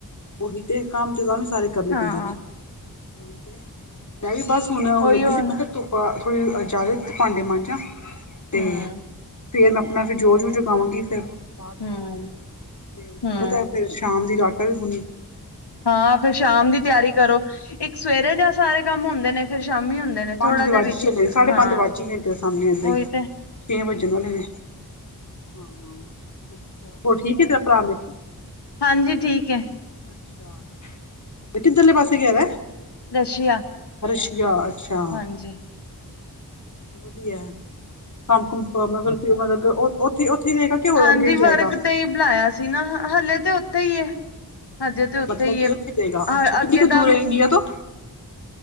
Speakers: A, on the left (about 45°); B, on the left (about 80°).
A: ਓਹੀ ਤੇ, ਕੰਮ ਤੇ ਤਾਂਵੀ ਸਾਰੇ ਕਰਨੇ
B: ਹਾਂ
A: ਪੈਂਦੇ ਨੇ। ਉਹੀ ਤੇ, ਮੈਂ ਵੀ ਬਸ ਹੁਨੇ ਔਣ
B: ਉਹੀ
A: ਲੱਗੀ
B: ਹੁਣ
A: ਸੀ ਮੈਂ ਕੈਆ ਧੂੱਪ ਆ ਥੋੜੀ ਜਾਵੇ ਤੇ ਭਾਂਡੇ ਮਾਂਜਾਂ। ਤੇ
B: ਹਮ
A: ਫੇਰ ਮੈਂ ਅਪਨਾ ਫੇਰ ਜੋਤ ਜੂ ਜਗਾਵਾਂਗੀ ਫੇਰ ਪਾਠ,
B: ਹਮ
A: ਤੇ
B: ਹੂੰ
A: ਪਤਾ ਫੇਰ ਸ਼ਾਮ ਦੀ ਲੀ ਆਟਾ ਵੀ ਗੂੰਨ
B: ਹਾਂ ਫੇਰ ਸ਼ਾਮ ਦੀ ਤੇਆਰੀ ਕਰੋ, ਇਕ ਸਵੇਰੇ ਜਾ ਸਾਰੇ ਕੰਮ ਹੁੰਦੇ ਨੇ, ਫੇਰ ਸ਼ਾਮੀ ਹੁੰਦੇ ਨੇ।
A: ਪੰਜ
B: ਥੋੜਾ
A: ਤੇ
B: ਜਿਹਾ
A: ਵੱਜ
B: ਵਿੱਚ
A: ਈ ਚਲੇ, ਸਾਡੇ
B: ਹਾਂ
A: ਪੰਜ ਤੇ ਵੱਜ ਈ ਗਏਨ ਤੇਰੇ ਸਾਮਨੇ ਏਦਾਂ ਈ
B: ਉਹੀ ਤੇ
A: ਛੇ ਵੱਜਣ ਵਾਲੇ ਨੇ, ਹਾਂ ਅਛਾੱ, ਹੋਰ ਠੀਕੇ ਤੇਰਾ ਭਰਾ <inaudible>
B: ਹਾਂਜੀ, ਠੀਕ ਏ।
A: ਅੱਛਾ, ਕਿੱਧਰਲੇ ਪਾਸੇ ਗੇਆ ਦੈ?
B: ਰਸ਼ੀਆ
A: ਰਸ਼ੀਆ, ਅੱਛਾ।
B: ਹਾਂਜੀ
A: ਵਧੀਆ ਕੰਮ-ਕੁੰਮ <unintelligible> ਓਥੇ, ਓਥੇ ਈ ਰਏਗਾ ਕਿ ਹੋਰ
B: ਹਾਂਜੀ
A: ਅੱਗੇ ਵੀ
B: ਵਰਕ
A: ਜਾਏਗਾ?
B: ਤੇ ਹੀ ਬੁਲਾਇਆ ਸੀ ਨਾ, ਹੱਲੇੇ ਤੇ ਓਥੇ ਈ ਏ, ਹਜੇ ਤੇ ਓਥੇ
A: ਮਤਲਬ
B: ਈ
A: ਕਿ
B: ਏ,
A: ਉੱਥੇ ਰਹੇਗਾ
B: ਆ
A: ਅੱਛਾ
B: ਅੱਗੇ
A: ਕਿੰਨੀ ਕੁ
B: ਦਾ
A: ਦੂਰ ਹੈ ਇੰਡੀਆ ਤੋਂ?